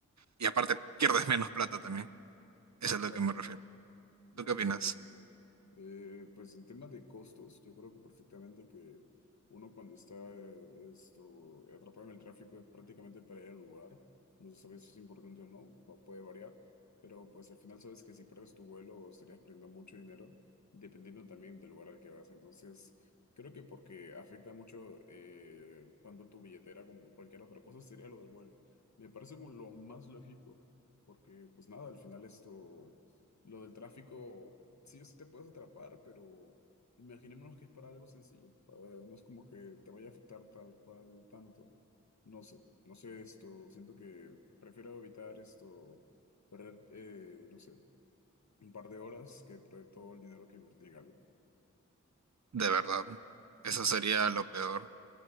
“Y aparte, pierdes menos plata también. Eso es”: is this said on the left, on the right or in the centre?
Right